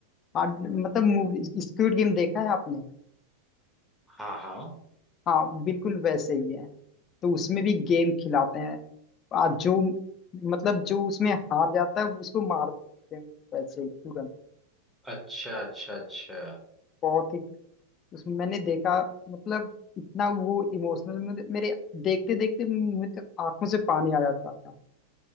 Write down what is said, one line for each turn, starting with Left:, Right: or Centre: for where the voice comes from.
Left: हाँ मतलब मूवी स्क्विड गेम देखा है आपने
Centre: हाँ हाँ
Left: हाँ बिल्कुल वैसे ही है तो उसमें भी गेम खिलाते हैं आ, जो मतलब जो उसमें हार जाता है उसको मार देते हैं वैसे ही तुरंत
Centre: अच्छा अच्छा अच्छा
Left: बहुत ही उस मैंने देखा मतलब इतना वो इमोशनल मेरे, मेरे देखते देखते मुझे आंखों से पानी आ जाता था